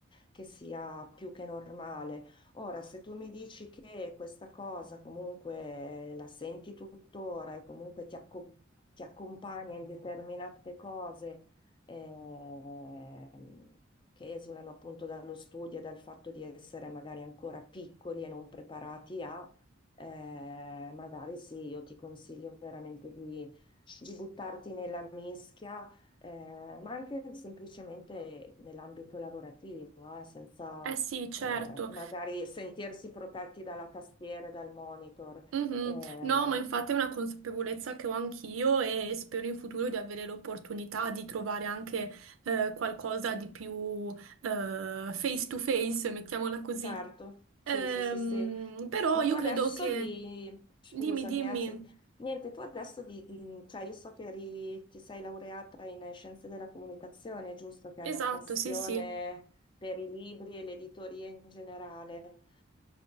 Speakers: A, on the left; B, on the right.
A: che sia più che normale. Ora, se tu mi dici che questa cosa comunque la senti tuttora e comunque ti accom- ti accompagna in determinate cose ehm, che esulano appunto dallo studio e dal fatto di essere magari ancora piccoli e non preparati a, eh, magari sì, io ti consiglio veramente di, di buttarti nella mischia, eh, ma anche semplicemente nell'ambito lavorativo, eh, senza
B: Eh sì, certo.
A: eh, magari sentirsi protetti dalla tastiera e dal monitor.
B: Mhm.
A: Eh,
B: No, ma infatti è una consapevolezza che ho anch'io e spero in futuro di avere l'opportunità di trovare anche eh, qualcosa di più eh, face to face, mettiamola così.
A: Certo, sì,
B: Ehm,
A: sì, sì, sì.
B: però
A: Ma
B: io
A: tu adesso
B: credo che...
A: di... Scusami,
B: Dimmi, dimmi.
A: eh, se- niente, tu adesso di... di- Cioè, io so che eri- ti sei laureata in eh, scienze della comunicazione, giusto? Che hai
B: Esatto,
A: una passione
B: sì, sì.
A: per i libri e l'editoria in generale,